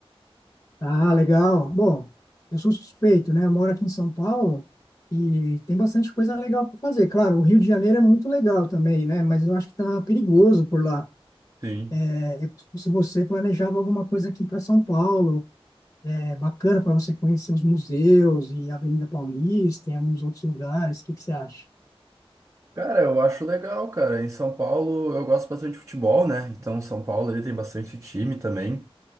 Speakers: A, on the left (about 35°); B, on the right (about 30°).
A: Ah, legal. Bom, eu sou suspeito, né? Eu moro aqui em São Paulo e tem bastante coisa legal para fazer. Claro, o Rio de Janeiro é muito legal também, né? Mas eu acho que tá perigoso por lá.
B: Sim.
A: É, eu- se você planejava alguma coisa aqui para São Paulo, é bacana para você conhecer os museus e a Avenida Paulista e alguns outros lugares. O que que você acha?
B: Cara, eu acho legal, cara. Em São Paulo eu gosto bastante de futebol, né? Então São Paulo ele tem bastante time também.